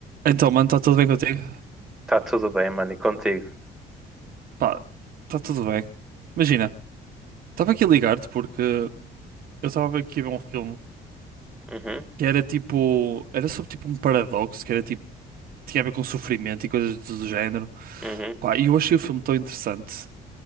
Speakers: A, on the right (about 60°); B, in the centre.
A: Então, mano, está tudo bem contigo?
B: Tá tudo bem, mano, e contigo?
A: Pá, está tudo bem. Imagina, estava aqui a ligar-te porque eu estava aqui a ver um filme
B: Uhum,
A: que era tipo. Era sobre tipo um paradoxo, que era tipo. Tinha a ver com sofrimento e coisas do género.
B: uhum,
A: Pá, e eu achei o filme tão interessante.